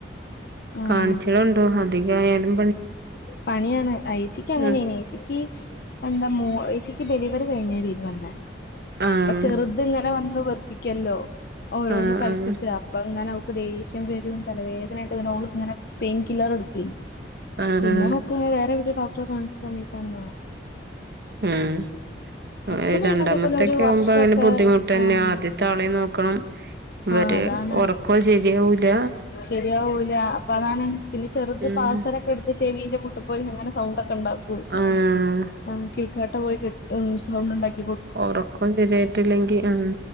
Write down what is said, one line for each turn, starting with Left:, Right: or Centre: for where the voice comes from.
Left: ആഹ്
Right: കാണിച്ചളാണ്ടൂ അധികയാലും
Left: പണിയാണ് അയച്ചിക്ക്
Right: ഉം
Left: അങ്ങനെനി യേച്ചി ച്ചിക്കി എന്താ മോ യേചിക്കി ഡെലിവറി കഴിഞ്ഞേരേനി വന്നേ
Right: ആഹ്
Left: അപ്പൊ ചെറുത് ഇങ്ങനെ വന്ന് വെറുപ്പിക്കല്ലോ ഓരോന്ന്
Right: ആഹ്
Left: കളിച്ചിട്ട്
Right: ആഹ്
Left: അപ്പൊ ഇങ്ങനെ ദേഷ്യം വരും തലവേദനായിട്ട് ഇങ്ങന ഓള്ങ്ങനെ പെയിൻകില്ലർ എടുക്കേനി
Right: ആഹ്
Left: പിന്നെ
Right: ആഹ്
Left: ഹക്ക് ഒന്നും വേറെവിടെ ഡോക്ടറെ കാണിച്ച സമയത്താണ് മാറിയത്
Right: ഉം
Left: അച്ഛന്
Right: ഏഹ് രണ്ടാമത്തൊക്കെ
Left: പിന്നെ അതേപോലെ ഒരു വർഷൊക്കെ
Right: ആവുമ്പോ അങ്ങനെ ബുദ്ധിമുട്ടെന്നെ
Left: ആഹ്
Right: ആദ്യത്തെ ആളെ നോക്കണം ഇവര്
Left: ആഹ് അതാണ്
Right: ഒറ ക്കോ സെരിയാവൂല
Left: ശരിയാവൂല അപ്പ അതാണ് പിന്നെ ചെറുത്
Right: ഉം
Left: പാസരൊക്കെട് പ്പ ചെവിന്റെ മൂട്ട് പോയി ഇങ്ങനെ സൗണ്ട് ഒക്കെണ്ടാക്കും
Right: ആഹ്
Left: ആഹ് കേൾക്കാട്ട പോയി കെട്ടും സൗണ്ട്ണ്ടാക്കി
Right: ഒറക്കും ശരിയായിട്ടില്ലെങ്കി ആഹ്